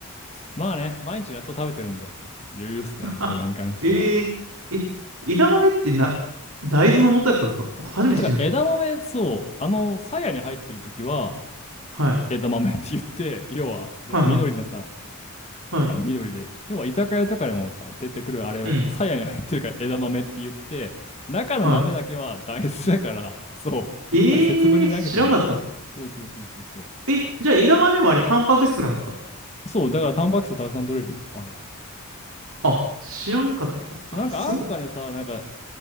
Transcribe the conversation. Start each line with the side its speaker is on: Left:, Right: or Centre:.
Left: まあね、毎日納豆食べてるんで、余裕っすね、
Right: <laughs> あえー、
Left: これに関しては。
Right: え、枝豆ってな、大豆の元だったんですか初めて知りまし
Left: てか、枝豆、そう、あの、鞘に入ってる時は、
Right: た。はい。
Left: 枝豆って言って、要は、で、
Right: はいはい。
Left: 緑のさ、
Right: は
Left: なんか緑で、要は居酒屋とかでもさ、出てくるあれ、
Right: い。うん。
Left: 鞘に入ってるから枝豆って言って、中の豆だけは大豆だから、
Right: はい
Left: そう、
Right: ええー、
Left: あれ節分に投げてんのよ。
Right: 知らんかった。
Left: そうそうそうそうそう。
Right: え、じゃあ枝豆もあれタンパク質なんですか
Left: そう、だからタンパク質たくさん取れるよ、あれ。
Right: あ、知らんかった。
Left: そう、
Right: あ、
Left: なんか安価でさ、
Right: そ
Left: なんか、